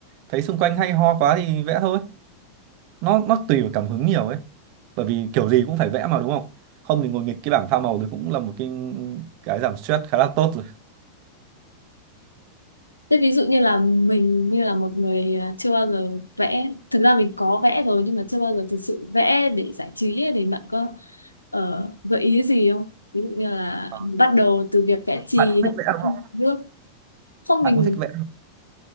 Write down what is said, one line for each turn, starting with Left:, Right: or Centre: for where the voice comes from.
Right: thấy xung quanh hay ho quá thì vẽ thôi nó nó tùy vào cảm hứng nhiều ấy bởi vì kiểu gì cũng phải vẽ mà đúng không không thì ngồi nghịch cái bảng pha màu thì cũng là một cái cái giảm stress khá là tốt rồi
Left: Thế ví dụ như là mình như là một người à, chưa bao giờ vẽ, thực ra mình có vẽ rồi nhưng mà chưa bao giờ thực sự vẽ để giải trí ấy, thì bạn có ờ, gợi ý gì không? Ví dụ như là
Right: Ờ,
Left: bắt đầu từ việc vẽ chì
Right: bạn cũng
Left: hay
Right: thích vẽ đúng
Left: ăn
Right: không
Left: nước. Không
Right: bạn
Left: mình
Right: cũng thích vẽ